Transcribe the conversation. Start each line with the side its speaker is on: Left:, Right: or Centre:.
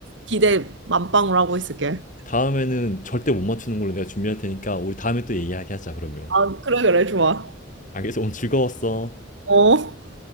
Right: 기대 만빵으로 하고 있을게.
Left: 다음에는 절대 못 맞추는 걸로 내가 준비할 테니까 우리 다음에 또 얘기하게 하자, 그러면.
Right: 아, 그래, 그래, 좋아.
Left: 알겠어. 오늘 즐거웠어.
Right: 어.